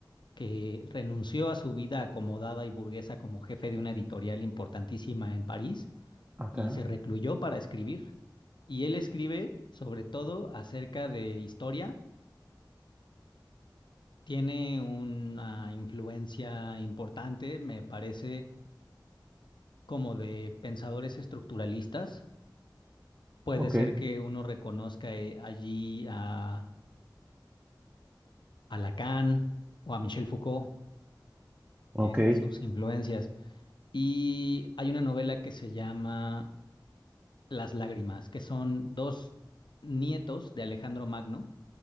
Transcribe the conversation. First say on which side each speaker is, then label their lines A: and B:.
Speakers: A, on the left; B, on the right.
A: que renunció a su vida acomodada y burguesa como jefe de una editorial importantísima en París
B: Acá.
A: y se recluyó para escribir. Y él escribe sobre todo acerca de historia. Tiene una influencia importante, me parece, como de pensadores estructuralistas. Puede
B: Ok,
A: ser que uno reconozca eh, allí a, a Lacan o a Michel Foucault
B: ok.
A: en sus influencias. Y hay una novela que se llama Las Lágrimas, que son dos nietos de Alejandro Magno